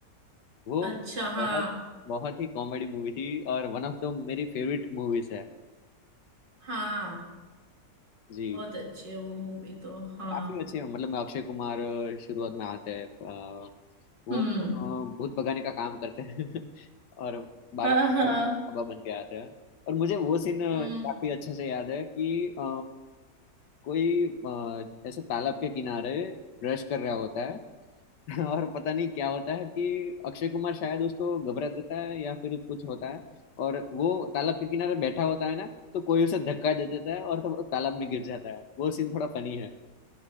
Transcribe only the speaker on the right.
अच्छा हाँ
हाँ
बहुत अच्छी है वो मूवी तो हाँ
हम्म
हाँ हाँ
हम्म